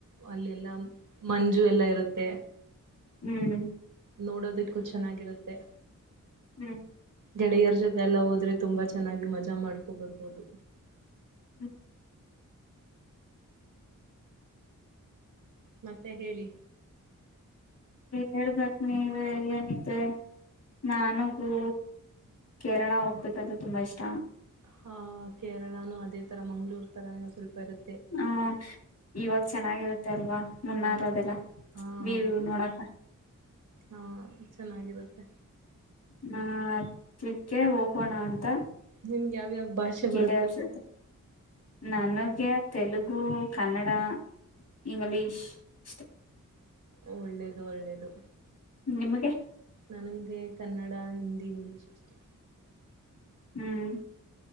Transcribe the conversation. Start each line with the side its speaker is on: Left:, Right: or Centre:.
Right: ಅಲ್ಲೆಲ್ಲ ಮಂಜು ಎಲ್ಲಾ ಇರುತ್ತೆ
Left: ಹ್ಮ್
Right: ನೋಡೋದಿಕ್ಕೂ ಚೆನ್ನಾಗಿರುತ್ತೆ
Left: ಹ್ಮ್
Right: ಗೆಡೆಯರ ಜೊತೆ ಎಲ್ಲ ಹೋದ್ರೆ ತುಂಬಾ ಚೆನ್ನಾಗಿ ಮಜಾ ಮಾಡ್ಕೊ ಬರ್ಬೋುದು
Left: ಹ್ಮ
Right: ಮತ್ತೆ ಹೇಳಿ
Left: ಹೇಳ್ಬೇಕ ನೀವ ಏನಿದೆ ನಾನಗೂ ಕೇರಳ ಹೋಗ್ಬೇಕಂದ್ರೆ ತುಂಬಾ ಇಷ್ಟ
Right: ಹ ಕೇರಳಾನು ಅದೇ ತರ ಮಂಗ್ಳೂರ್ ತರ ನೀವು ಸ್ವಲ್ಪ ಇರುೆ
Left: ಹ ಇವಾಗ ಚೆನ್ನಾಗಿರುತ್ತೆ ಅಲ್ವಾ ಮುನ್ನಾರೋದೆಲ್ಲ
Right: ಹಾ ಹಾ
Left: ವ್ಯವ
Right: ಹೌದು
Left: ನೋಡಕ
Right: ಹಾ ಚೆನ್ನಾಗಿರುತ್ತೆ
Left: ಹ ಹದಕ್ಕೆ ಹೋಗೋಣ ಅಂತ
Right: ನಿಮ್ಗೆ ಯಾವ್ಯಾವ ಭಾಷೆ
Left: ಗೇಲ್ಲ
Right: ಬರುತ್ತೆ
Left: ವರ್ಷ ನ ನ ಗೆ ತೆಲುಗು ಕನ್ನಡ ಇಂಗ್ಲೀಷ್ ಅಷ್ಟೇ
Right: ಒಳ್ಳೇದು ಒಳ್ಳೇದು
Left: ನಿಮಗೆ
Right: ನನಗೆ ಕನ್ನಡ ಹಿಂದಿ ಇಂಗ್ಲೀಷ್ ಅಷ್ಟೇ
Left: ಹ್ಮ್